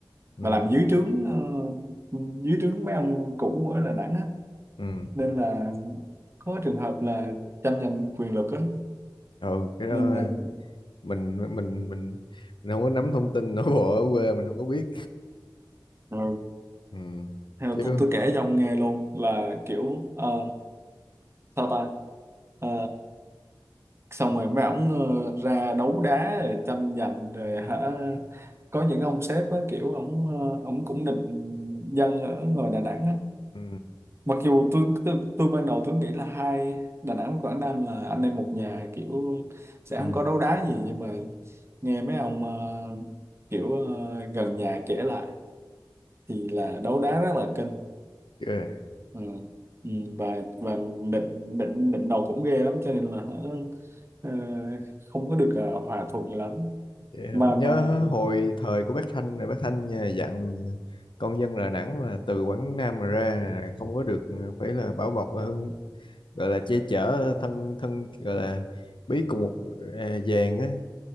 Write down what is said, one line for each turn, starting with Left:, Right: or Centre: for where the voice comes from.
Left: ừ,
Right: mà làm dưới trướng ờ, dưới trướng mấy ông cũ ở Đà Nẵng á
Left: ừ,
Right: nên là có trường hợp là tranh giành quyền lực á
Left: ừ cái đó
Right: nên là
Left: mình mình mình mình không có nắm thông tin nội bộ ở quê mình không có biết
Right: ờ,
Left: ừ,
Right: theo
Left: chứ
Right: tôi, tôi kể cho ông nghe luôn là kiểu ờ, sao ta Ờ, xong rồi mấy ổng ờ, ra đấu đá rồi tranh giành rồi hả có những ông sếp á kiểu ổng ờ, ổng cũng định dân ở ngoài Đà Nẵng á
Left: ừ,
Right: mặc dù tôi, tôi tôi ban đầu tôi nghĩ là hai Đà Nẵng và Quảng Nam là anh em một nhà kiểu sẽ
Left: ừ,
Right: không có đấu đá gì nhưng mà nghe mấy ông ờ, kiểu ờ, gần nhà kể lại thì là đấu đá rất là kênh
Left: ghê.
Right: Ừ. Ừ. Và và bệnh bệnh bệnh đầu cũng ghê lắm cho nên là ờ, không có được ờ, hòa thuận lắm
Left: Vậy hả?
Right: mà
Left: Nhớ
Right: mà
Left: hồi thời của bác Thanh là bác Thanh à, dặn con dân Đà Nẵng là từ Quảng Nam mà ra không có được à, phải là bảo bọc và hưng gọi là che chở thân thân gọi là bí cùng một à, vàng á